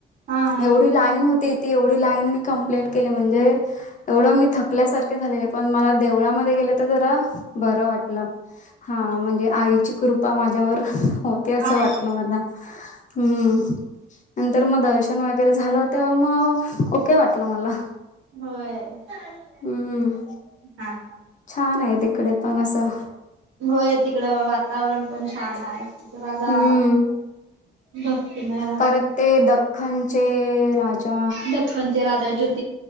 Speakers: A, on the right (about 75°); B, on the left (about 40°).
A: हा हा
B: एवढी लाईन होती ती एवढी लाईन मी कंप्लीट केली म्हणजे एवढं मी थपल्यासारखे झालेले पण मला देवळामध्ये गेले तर जरा बरं वाटलं हा म्हणजे आईची कृपा माझ्यावर होते असं
A: आहे
B: वाटलं मझ हम्म नंतर मग दर्शन वगैरे झालं तेव्हा मग ओके वाटलं मला
A: होय हा
B: हम्म
A: हा
B: छान आहे तिकडे पण असं
A: होय तिकडं वातावरण पण छान आहे ज गा
B: हम्म
A: भक्तमय असत
B: परत ते दख्खनचे राजा
A: दख्खनचे राजा जोतिबा